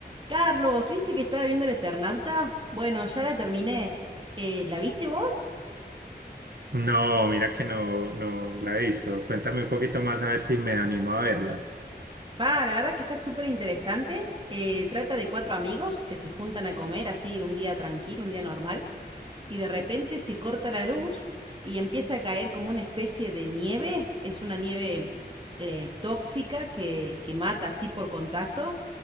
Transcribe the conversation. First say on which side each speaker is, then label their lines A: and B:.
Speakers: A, on the right; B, on the right.
A: Carlos, ¿viste que estaba viendo El Eternauta? Bueno, ya la terminé. Eh, ¿la viste vos?
B: No, mira que no, no la he visto. Cuéntame un poquito más a ver si me animo a verla.
A: Pa, la verdad que está súper interesante. Eh, trata de cuatro amigos que se juntan a comer así un día tranquilo, un día normal. y de repente se corta la luz y empieza a caer como una especie de nieve. Es una nieve eh, tóxica que, que mata así por contacto.